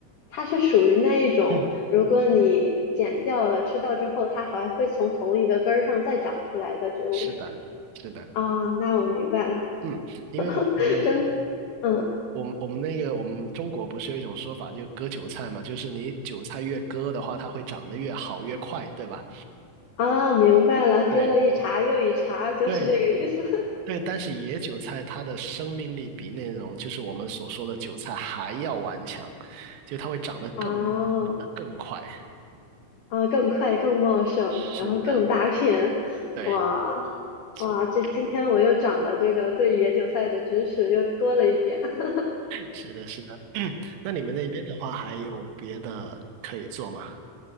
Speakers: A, on the left; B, on the right.
A: 它是属于那一种，
B: <laughs> 嗯，
A: 如果你剪掉了吃掉之后，它还会从同一个根儿上再长出来的植物树。
B: 是的，是的，
A: 啊，那我明白了，
B: 嗯，因为我我们
A: <laughs> 真，嗯，
B: 我们我们那个我们中国不是有一种说法，就割韭菜嘛，就是你韭菜越割的话，它会长得越好越快，对吧？
A: 啊，明白了，割了一茬又一茬，
B: 对，
A: 就是这个意思。
B: 对对，但是野韭菜它的生命力比那种就是我们所说的韭菜还要顽强，就它会长得更呃更快。
A: <laughs> 哦。啊，更快、更茂盛，
B: 是的，
A: 然后更大片，
B: 对，
A: 哇哇！
B: 所以
A: 这今天我又长了这个对野韭菜的知识，又多了一点。<laughs>
B: 是的，是的。那你们那边的话，还有别的可以做吗？